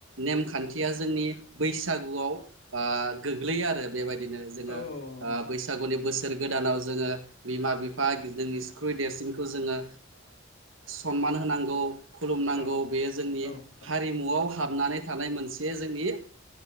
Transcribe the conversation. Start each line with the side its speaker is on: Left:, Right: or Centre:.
Right: नेमखानथिया जोंनि बासागुआव ओ गोग्लैयो आरो बेबाय नो जोङो
Left: औ औ नोंथां
Right: आ बैसागुनि बोसोर सोर गोदानाव जोङो बिमा बिफा जोंनिख्रुइ देरसिनखौ जोङो सनमान होनांगौ खुलुमनांगौ
Left: औ
Right: बेयो जोंनि
Left: औ नोंथां
Right: हारिमुआव हाबनानै थानाय मोनसे जोंनि